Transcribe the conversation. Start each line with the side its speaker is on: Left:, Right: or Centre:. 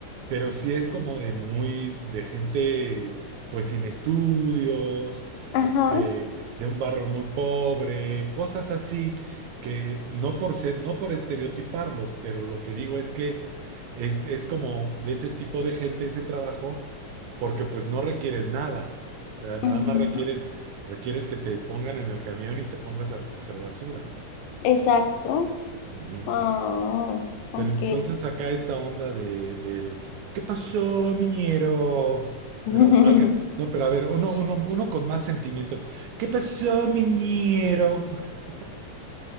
Right: pero sí es como de muy, de gente pues sin estudios,
Left: Ajá.
Right: este, de un barrio muy pobre, cosas así, que no por ser, no por estereotiparlos, pero lo que digo es que es, es como de ese tipo de gente ese trabajo, porque pues no requieres nada. O sea, nada
Left: Ujú.
Right: más requieres, requieres que te pongan en el camión y te pongas a recoger basura.
Left: Exacto.
Right: Ujú.
Left: Ah, ok.
Right: Pero entonces acá esta onda de, del ¿qué pasó, miñero?
Left: <laughs>
Right: Pero acá, no, pero a ver, uno, uno, uno con más sentimiento. ¿Qué pasó, miñero? <laughs>